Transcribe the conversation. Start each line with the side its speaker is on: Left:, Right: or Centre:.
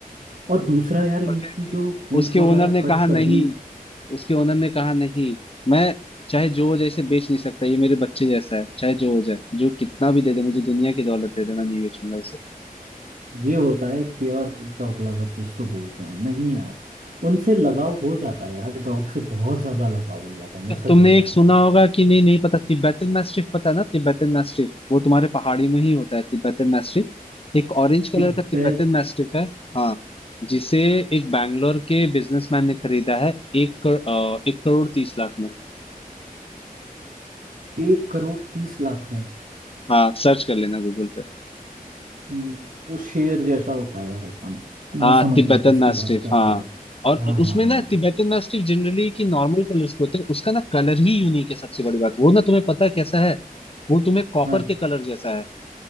Right: और दूसरा यार इनकी
Left: पर फिर भी
Right: जो पूंछ
Left: उसके
Right: वगैरह
Left: ओनर ने
Right: कट
Left: कहा नहीं
Right: कर दी
Left: उसके ओनर ने कहा नहीं मैं चाहे जो हो जाए इसे बेच नहीं सकता ये मेरे बच्चे जैसा है चाहे जो हो जाए जो कितना भी दे दे मुझे दुनिया की दौलत दे दे मैं नहीं बेचूंगा इसे
Right: ये होता है एक प्योर डॉग लवर जिसको बोलते हैं नहीं यार उनसे लगाव हो जाता है यार डॉग से बहुत ज्यादा लगाव हो जाता है मैं
Left: क्या
Right: सच
Left: तुमने
Right: बताऊं
Left: एक सुना
Right: तो
Left: होगा कि नहीं नहीं पता तिब्बतन मैस्टिफ पता है ना तिब्बतन मैस्टिफ वो तुम्हारे पहाड़ी में ही होता है तिब्बतन मैस्टिफ एक ऑरेंज कलर
Right: तिब्बत
Left: का तिब्बतन मैस्टिफ है हाँ जिसे एक बैंगलोर के बिजनेसमैन ने खरीदा है एक करोड़ एक करोड़ तीस लाख में
Right: एक करोड़ तीस लाख में
Left: हाँ सर्च कर लेना गूगल पे।
Right: हम्म, वो शेर जैसा होता है यार एकदम तो मैं
Left: हाँ
Right: समझ
Left: तिब्बतन
Right: गया किसकी
Left: मैस्टिफ
Right: बात कर
Left: हाँ
Right: रहे हो आप
Left: और
Right: हाँ
Left: उसमें
Right: हाँ हाँ
Left: ना तिब्बतन मैस्टिफ जनरली की नॉर्मल कलर्स के होते हैं उसका ना कलर ही यूनिक है सबसे बड़ी बात वो ना तुम्हें पता है कैसा है वो तुम्हें कॉपर
Right: हाँ
Left: के कलर जैसा है